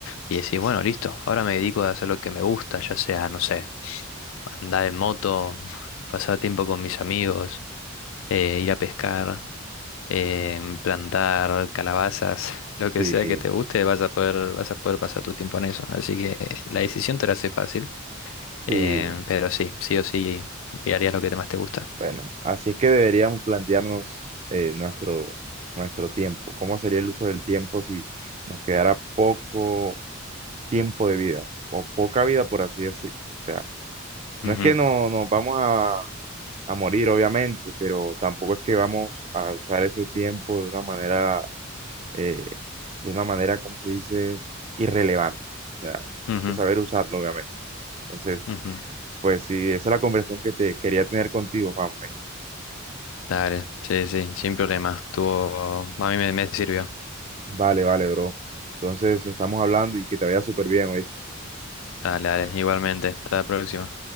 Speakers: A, on the left; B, on the right.
A: y decís, bueno, listo, ahora me dedico a hacer lo que me gusta, ya sea, no sé, andar en moto, <laughs> pasar tiempo con mis amigos, eh, ir a pescar em, plantar calabazas, <laughs> lo que
B: Sí.
A: sea que te guste, vas a poder, vas a poder pasar tu tiempo en eso. Así que la decisión te la hace fácil, em,
B: Sí,
A: pero sí, sí o sí, y harías lo que más te gusta.
B: bueno, así es que deberíamos plantearnos eh, nuestro, nuestro tiempo. ¿Cómo sería el uso del tiempo si nos quedara poco tiempo de vida o poca vida, por así decirlo? O sea, no
A: Ujú,
B: es que no, nos vamos a, a morir, obviamente, pero tampoco es que vamos a usar ese tiempo de una manera, eh, de una manera, ¿cómo se dice? Irrelevante. O sea, hay
A: ujú,
B: que saber usarlo, obviamente. Entonces,
A: ujú.
B: pues sí, esa es la conversación que te quería tener contigo, vamos.
A: Dale, sí, sí, sin problema. Estuvo- a mí me, me sirvió.
B: Vale, vale, bro. Entonces estamos hablando y que te vaya súper bien, ¿oíste?
A: Dale, dale, igualmente. Hasta la próxima.